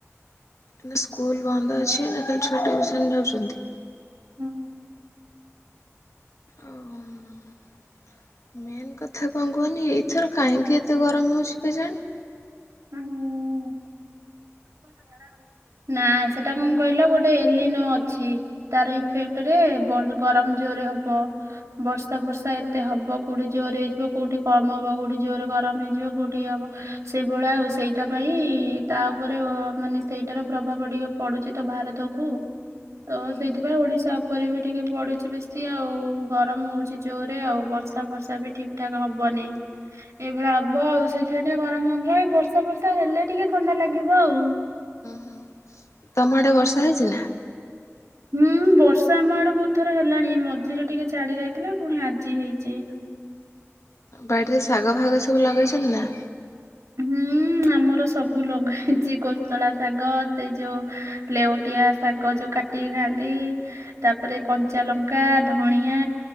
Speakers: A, on the left; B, on the right.
A: ନା ସ୍କୁଲ ବନ୍ଦ ଅଛି ଏଇନା ଖାଲି ଛୁଆ ଟିୟୁସନ ଯାଉଚନ୍ତି।
B: ହୁଁ
A: ଆଉ <inaudible> ମେନ୍ କଥା କଣ କୁହନି ଏଇଥର କାହିଁକି ଏତେ ଗରମ ହେଉଚି କେଜାଣି?
B: ହଁ ହୁଁ। <inaudible> ନା ସେଟା କଣ କହିଲ ଗୋଟେ ଏଲିନୋ ଅଛି ତାର ଇଫେକ୍ଟରେ ବଡ ଗରମ ଜୋରରେ ହବ। ବର୍ଷା ଫର୍ଷା ଏତେ ହବ। କୋଉଠି ଜୋର ହେଇଯିବ କୋଉଠି କମ ହବ। କୋଉଠି ଜୋରରେ ଗରମ ହେଇଯିବ। କୋଉଠି ଇଏ ହବ ସେଇଭଳିଆ ଆଉ ସେଇଟା ପାଇଁ ତା ଉପରେ ମାନେ ସେଇଟାର ପ୍ରଭାବ ଟିକେ ପଡୁଚି ତ ଭାରତକୁ। ତ
A: ହୁଁ
B: ସେଇଥିପାଇଁ ଓଡିଶା ଉପରେ ବି ଟିକେ ପଡୁଚି ବେଶୀ ଆଉ। ଗରମ ହଉଚି ଜୋରରେ ଆଉ। ବର୍ଷା ଫର୍ଷା ବି ଠିକ ଠାକ ହବନି ଏଇଭଳିଆ ହବ ଆଉ ସେଇଥିପାଇଁ ଟିକେ ଗରମ ହବ। ଏଇ ବର୍ଷା ଫର୍ଷା ହେଲେ ଟିକେ ଥଣ୍ଡା ଲାଗି ଆଉ <inaudible>
A: ହୁଁ ତମ ଆଡେ ବର୍ଷା ହେଇଚି ନା?
B: ହୁଁ ବର୍ଷା ଆମ ଆଡେ ବହୁତ ଥର ହେଲାଣି ମଝିରେ ଟିକେ ଛାଡି ଯାଇଥିଲା ପୁଣି ଆଜି ହେଇଚି।
A: ବାଡିରେ ଶାଗ ଫାଗ ସବୁ ଲଗେଇଚନ୍ତି ନା?
B: ହୁଁ ଆମର ସବୁ ଲଗା ହେଇଚି। କୋସଳା ଶାଗ ସେ ଯୋଉ ଲେଉଟିଆ ଶାଗ ଯୋଉ କାଟିକି ଖାଆନ୍ତି। ତା ପରେ କଞ୍ଚା ଲଙ୍କା, ଧଣିଆ